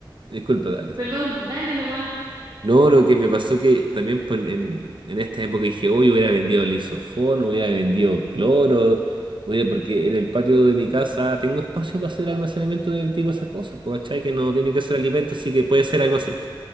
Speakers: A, on the right (about 70°); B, on the right (about 45°).
A: Disculpa, dale.
B: perdón, dale nomás.
A: No, lo que me pasó que también pues, en, en esta época dije, hoy hubiera vendido lisofón, hubiera vendido cloro, hubiera, porque en el patio de mi casa tengo espacio para hacer almacenamiento de tipo esas cosas, pues, ¿cachai? Que no tiene que ser alimento, así que puede ser algo así.